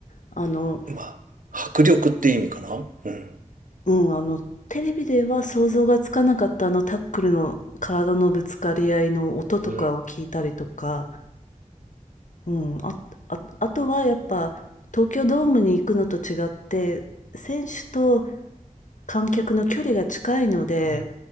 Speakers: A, on the left; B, on the right.
A: あの、
B: まあ、迫力って意味かなうん。
A: うん、あの、テレビでは想像がつかなかったあのタックルの体のぶつかり合いの音とかを聞いたりとか、
B: うん。
A: うん、あ、あ、あとはやっぱ東京ドームに行くのと違って、選手と観客の距離が近いので、
B: うん。